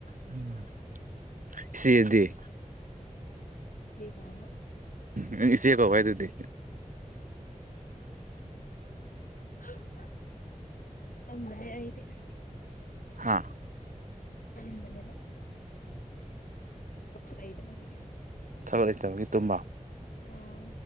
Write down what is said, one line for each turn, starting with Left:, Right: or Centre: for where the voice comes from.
Right: ꯎꯝ ꯏꯆꯦꯗꯤ
Left: ꯏꯆꯦ ꯀꯥꯏꯅ
Right: ꯅꯪ ꯏꯆꯦ ꯀꯧ ꯍꯥꯏꯗꯨꯗꯤ
Left: <inaudible> <unintelligible> ꯑꯩꯗꯤ
Right: ꯍꯥꯥ
Left: ꯀꯝꯕꯅꯦꯕ ꯂꯩꯗꯕꯒꯤ
Right: ꯊꯕꯛ ꯂꯩꯇꯕꯒꯤ ꯇꯨꯝꯕ
Left: ꯑꯥ